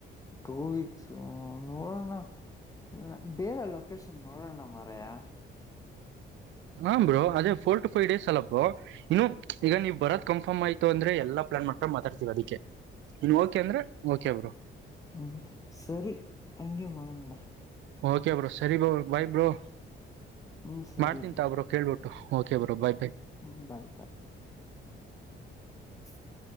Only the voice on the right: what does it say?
ಹ ಬ್ರೋ ಅದೇ ಫೋರ್ ಟು ಫೈವ್ ಡೇಸ್ ಅಲ್ಲ ಬ್ರೋ ಇನ್ನು ಈಗ ನೀವ್ ಬರದ್ ಕನ್ಫರ್ಮ್ ಆಯ್ತು ಅಂದ್ರೆ ಎಲ್ಲ ಪ್ಲಾನ್ ಮಾಡ್ಕೊಂಡು ಮಾತಾಡ್ತೀವಿ ಅದಕ್ಕೆ ನೀವ್ ಓಕೆ ಅಂದ್ರೆ ಓಕೆ ಬ್ರೋ -
ಓಕೆ ಬ್ರೊ ಸರಿ ಬ್ರೊ ಬಾಯ್ ಬ್ರೊ
ಮಾಡ್ತಿನ್ ತಾ ಬ್ರೋ ಕೇಳ್ಬಿಟ್ಟು ಓಕೆ ಬ್ರೋ ಬಾಯ್ ಬೆ